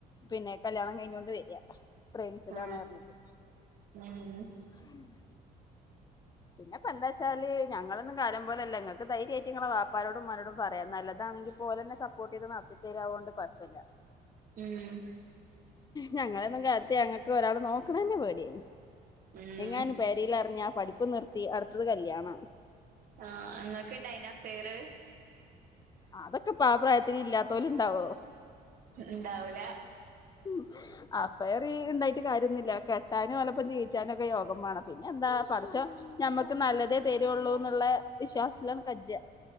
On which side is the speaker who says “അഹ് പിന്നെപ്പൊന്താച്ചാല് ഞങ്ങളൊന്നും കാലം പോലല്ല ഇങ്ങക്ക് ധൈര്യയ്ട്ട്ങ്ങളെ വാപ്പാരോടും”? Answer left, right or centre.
Left